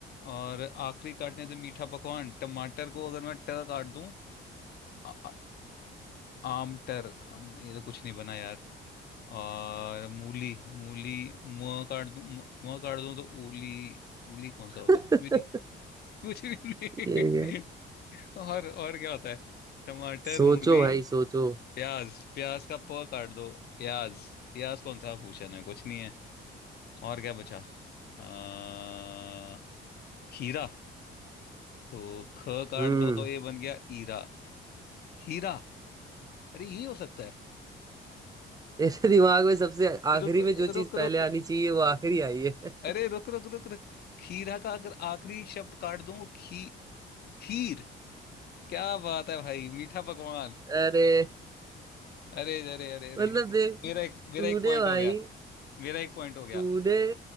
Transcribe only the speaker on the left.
और आखिरी काटने से मीठा पकवान टमाटर को अगर मैं ट काट दूं आ, आ- आमटर आम, ये तो कुछ नहीं बना यार और मूली मूली म काट दूं म म काट दूं तो उली उली कौन
सा होता है कुछ भी कुछ भी नहीं
<laughs> और और क्या होता है टमाटर
मूली
प्याज प्याज का प काट दो प्याज प्याज कौन सा भूषण है कुछ नहीं है और क्या बचा आ, खीरा तो ख काट
दो तो ये बन गया ईरा हीरा अरे ये हो सकता है
रुक
रुक
रुक
अरे रुक रुक रुक रुक खीरा का अगर आखिरी शब्द काट दूं खी खीर क्या बात है भाई मीठा पकवान
अरे अरे अरे अरे
मेरा एक मेरा
एक पॉइंट
हो गया मेरा एक पॉइंट हो गया